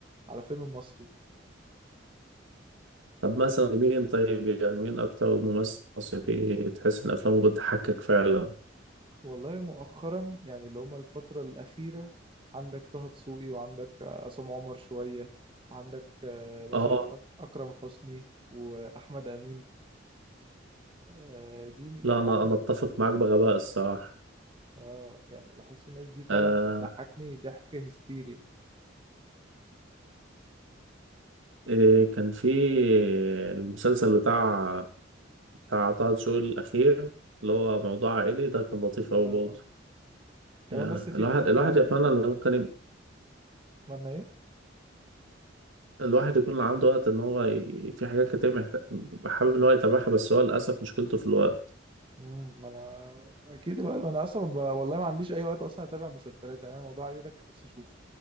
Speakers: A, on the right (about 25°); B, on the right (about 85°).
A: على فيلم مصري
B: طب مثلا مين طيب يعني مين أكتر ممثل مصري تحس إن أفلامه بتضحكك فعلا
A: والله مؤخرا يعني اللي هما الفترة الأخيرة عندك طه دسوقي وعندك آه، عصام عمر شوية عندك آه، مثلا
B: أه
A: أك- أكرم حسني وأحمد أمين آه، دي
B: لا
A: يعني
B: أنا
A: أحمد
B: أنا أتفق معاك بغباء الصراحة
A: آه يعني بحس الناس دي فعلا
B: آه
A: بتضحكني ضحك هستيري
B: إيه كان في المسلسل بتاع بتاع طه دسوقي الأخير اللي هو موضوع عائلي ده كان لطيف
A: آه
B: أوي برضه
A: كمان
B: يعني
A: بس في
B: الواحد
A: اتنين
B: الواحد
A: يعني
B: يتمنى ان ممكن
A: أتمنى إيه؟
B: الواحد يكون عنده وقت ان هو ي... في حاجات كتير محتاج حابب ان هو يتابعها بس هو للاسف مشكلته في الوقت
A: مم، ما أنا أكيد الوقت ما أنا أصلا ب... والله ما عنديش أي وقت أصلا أتابع مسلسلات يعني أنا الموضوع علي ده كان نفسي أشوفه